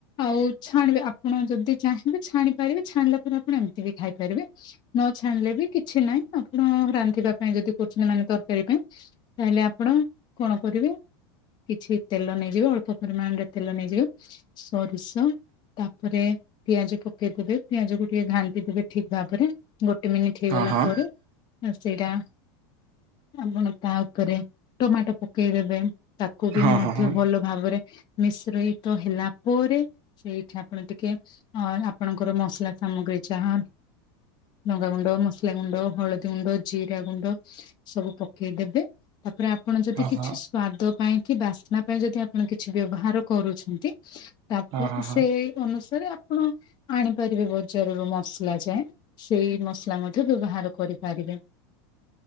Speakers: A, on the left (about 35°); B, on the right (about 40°).
A: ଆଉ ଛାଣିବେ ଆପଣ ଯଦି ଚାହିଁବେ ଛାଣି ପାରିବେ। ଛାଣିଲା ପରେ ଆପଣ ଏମିତି ବି ଖାଇପାରିବେ। ନ ଛାଣିଲେ ବି କିଛି ନାହିଁ ଆପଣ ରାନ୍ଧିବା ପାଇଁ ଯଦି କରୁଛନ୍ତି ମାନେ ତରକାରୀ ପାଇଁ ତାହେଲେ ଆପଣ କଣ କରିବେ? କିଛି ତେଲ ନେଇଯିବେ ଅଳ୍ପ ପରିମାଣରେ ତେଲ ନେଇଯିବେ ସୋରିଷ ତାପରେ ପିଆଜ ପକେଇ ଦେବେ ପିଆଜକୁ ଟିକେ ଘାଣ୍ଟି ଦେବେ ଠିକ୍ ଭାବରେ। ଗୋଟେ ମିନିଟ ହେଇଗଲା
B: ହଁ ହଁ
A: ପରେ ଅ ସେଇଟା ଆପଣ ତା ଉପରେ ଟମାଟୋ ପକେଇ ଦେବେ ତାକୁ ବି
B: ହଁ
A: ମଧ୍ୟ
B: ହଁ ହଁ।
A: ଭଲ ଭାବରେ ମିଶ୍ରିତ ହେଲା ପରେ ସେଇଠି ଆପଣ ଟିକେ ଅ ଆପଣଙ୍କର ମସଲା ସାମଗ୍ରୀ ଯାହା ଲଙ୍ଗାଗୁଣ୍ଡ, ମସଲାଗୁଣ୍ଡ, ହଳଦୀଗୁଣ୍ଡ, ଜିରାଗୁଣ୍ଡ ସବୁ ପ କେଇଦେବେ ତାପରେ ଆପଣ ଯଦି
B: ହଁ
A: କିଛିସ୍
B: ହଁ
A: ସ୍ଵାଦ ପାଇଁ କି ବାସ୍ନା ପାଇଁ ଯଦି ଆପଣ କିଛି ବ୍ୟବହାର କରୁଛନ୍ତି ତାପ
B: ହଁ ହଁ ହଁ
A: ସେ ଅନୁସାରେ ଆପଣ ଆଣି ପାରିବେ ବଜାରରୁୁ ମସଲା ଯାଏଁ। ସେଇ ମସଲା ମଧ୍ୟ ବ୍ୟବହାର କରିପାରିବେ।